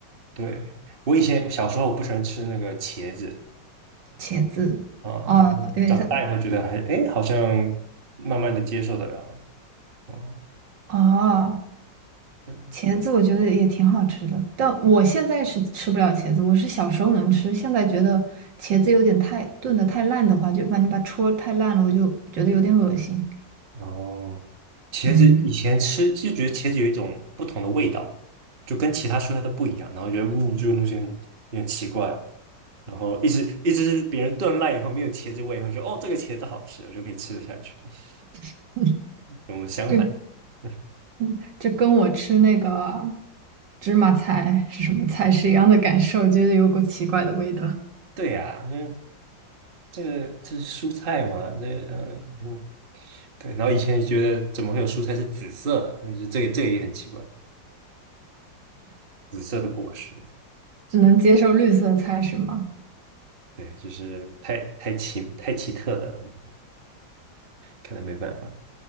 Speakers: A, on the right (about 30°); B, on the right (about 75°).
A: 对，我以前小时候我不喜欢吃那个茄子
B: 茄子，
A: 啊，
B: 哦，
A: 然后长大以后觉得还哎，
B: 因为它
A: 诶好像慢慢的接受得了。哦，
B: 哦，
A: 对
B: 茄子我觉得也挺好吃的，但我现在是吃不了茄子，我是小时候能吃，现在觉得茄子有点太炖的太烂的话，就把你把戳太烂了，我就觉得有点恶心。
A: 哦，茄子以前吃就觉得茄子有一种不同的味道，
B: 嗯，
A: 就跟其他蔬菜都不一样，然后觉得呜这个东西很有点奇怪，然后一直一直是别人炖烂以后没有茄子味以后，说哦这个茄子好吃，我就可以吃得下去。<laughs>
B: <laughs>
A: 跟我相反，
B: 这
A: <laughs>
B: 嗯这跟我吃那个芝麻菜是什么菜是一样的感受，觉得有股奇怪的味道。
A: 对呀、因为这个这是蔬菜嘛，这呃嗯对，然后以前就觉得怎么会有蔬菜是紫色的，嗯就这个这个也很奇怪，紫色的果实，
B: 只能接受绿色菜是吗？
A: 对，就是太太奇太奇特了，嗯看来没办法。